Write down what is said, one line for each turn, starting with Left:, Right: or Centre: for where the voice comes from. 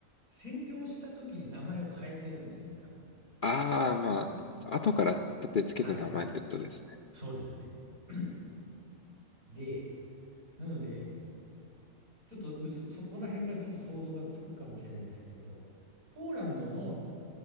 Right: 占領した時に名前を変えてるんですね、多分。
Left: ああ、まあ、後から立てつけた名前ってことですね。
Right: はい。そうですね。<clears throat> で、なので、ちょっと薄そこら辺からちょっと想像がつくかもしれないんですけど、ポーランドの